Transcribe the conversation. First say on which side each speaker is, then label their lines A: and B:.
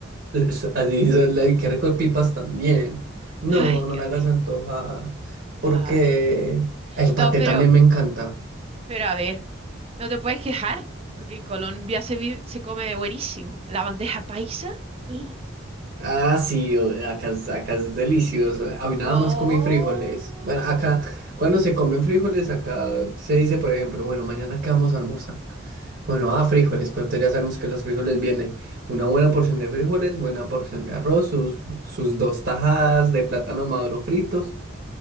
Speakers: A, on the right; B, on the right.
A: Es- Así son la- y qué rico pipas también. No,
B: ay,
A: no
B: qué
A: me
B: rico.
A: hagas antojar. Porque
B: Ay.
A: el
B: No,
A: paté
B: pero
A: también me encanta.
B: Pero a ver, no te puedes quejar, porque en Colombia se, vi- se come buenísimo. La bandeja paisa. <gasps>
A: Ah, sí, o- acá, es- acá es delicioso. Hoy nada
B: Oh.
A: más comí frijoles. Bueno, acá, cuando se comen frijoles, acá se dice, por ejemplo, bueno, mañana qué vamos a almorzar. Bueno, ah, frijoles, pero entonces ya sabemos que los frijoles vienen una buena porción de frijoles, buena porción de arroz, sus, sus dos tajadas de plátano maduro fritos,